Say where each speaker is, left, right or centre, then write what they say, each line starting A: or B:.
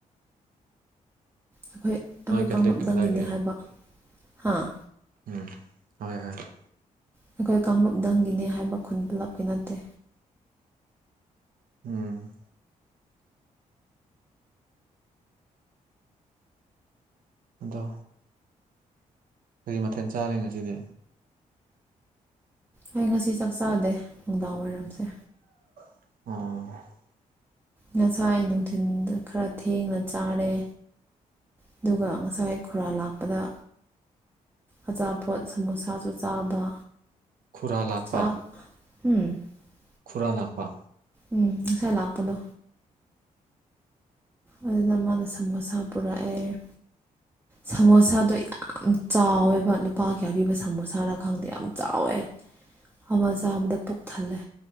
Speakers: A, on the right; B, on the right.
A: ꯑꯩꯈꯣꯏ
B: ꯅꯣꯏ
A: ꯑꯩꯈꯣꯏ
B: ꯀꯦꯊꯂꯤꯛ
A: ꯀꯥꯡꯂꯨꯞꯗꯪꯒꯤꯅꯦ
B: ꯑꯗꯥꯏꯒꯤ
A: ꯍꯥꯏꯕ ꯍꯥꯥ
B: ꯎꯝ ꯍꯣꯏ ꯍꯥꯏꯕ
A: ꯑꯩꯈꯣꯏ ꯀꯥꯡꯂꯨꯞꯗꯪꯒꯤꯅꯦ ꯍꯥꯏꯕ ꯈꯨꯟ ꯄꯨꯂꯞꯀꯤ ꯅꯠꯇꯦ
B: ꯎꯝ ꯑꯗꯣ ꯀꯔꯤ ꯃꯊꯦꯜ ꯆꯥꯔꯦ ꯉꯁꯤꯗꯤ
A: ꯑꯩ ꯉꯁꯤ ꯆꯥꯛꯆꯥꯥꯗꯦ ꯅꯨꯡꯗꯥꯡ ꯋꯥꯏꯔꯝꯁꯦ
B: ꯑꯣ
A: ꯉꯁꯥꯏ ꯅꯨꯡꯊꯤꯜꯗ ꯈꯔ ꯊꯦꯡꯅ ꯆꯥꯔꯦ ꯑꯗꯨꯒ ꯉꯁꯥꯏ ꯈꯨꯨꯔꯥ ꯂꯥꯛꯄꯗ ꯑꯆꯥꯄꯣꯠ ꯁꯃꯣꯁꯥꯁꯨ ꯆꯥꯕ
B: ꯈꯨꯔꯥ ꯂꯥꯛꯄ
A: ꯆꯥꯛ <inaudible>
B: ꯈꯨꯔꯥ ꯂꯥꯛꯄ
A: ꯎꯝ ꯉꯁꯥꯏ ꯂꯥꯛꯄꯗꯣ ꯑꯗꯨꯅ ꯃꯥꯅ ꯁꯃꯣꯁꯥ ꯄꯨꯔꯛꯑꯦ ꯁꯃꯣꯁꯥꯗꯣ ꯌꯥꯝ ꯆꯥꯎꯋꯦꯕ ꯂꯨꯄꯥ ꯀꯌꯥꯄꯤꯕ ꯁꯃꯣꯁꯥꯔꯥ ꯈꯪꯗꯦ ꯌꯥꯝ ꯆꯥꯎꯋꯦ
B: <inaudible>
A: ꯑꯃ ꯆꯥꯕꯗ ꯄꯨꯛ ꯊꯜꯂꯦ